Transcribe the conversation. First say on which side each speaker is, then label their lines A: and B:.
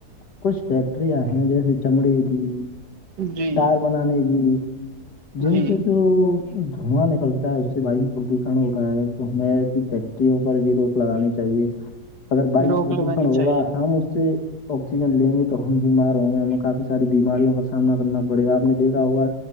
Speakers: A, on the left (about 85°); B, on the right (about 80°).
A: کچھ فیکٹریاں ہیں جیسے چمڑی کی
B: جی
A: ٹائر بنانے کی جن
B: جی
A: سے جو دھواں نکلتا ہے اس سے بھائی پردوشن ہو رہا ہے تو ہمیں ایسی فیکٹریوں پر بھی روک لگانی چاہیے اگر وایو
B: روک
A: پردوشن
B: لگانی
A: ہوگا
B: چاہیے
A: ہم اس سے آکسیجن لیں گے تو ہم بیمار ہوں گے ہمیں کافی ساری بیماریوں کا سامنا کرنا پڑے گا آپ نے دیکا ہوا